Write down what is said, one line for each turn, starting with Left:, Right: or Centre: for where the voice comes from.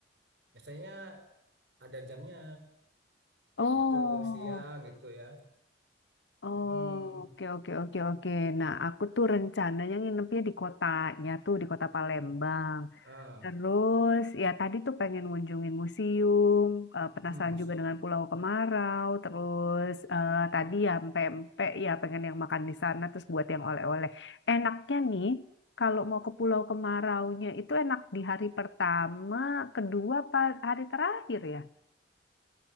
Right: biasanya ada jamnya
Left: Oh,
Right: gitu siang gitu ya.
Left: oh,
Right: Mm-mm.
Left: oke oke oke oke. Nah, aku tuh rencananya nginepnya di kotanya tuh di kota Palembang.
Right: Ah,
Left: Terus ya tadi tuh pengen ngunjungin museum, eh,
Right: mm-mm,
Left: penasaran
Right: sih.
Left: juga dengan Pulau Kemarau, terus eh, tadi ya pempek ya pengen yang makan di sana terus buat yang oleh-oleh. Enaknya nih kalau mau ke Pulau Kemaraunya itu enak di hari pertama, kedua, apa hari terakhir ya.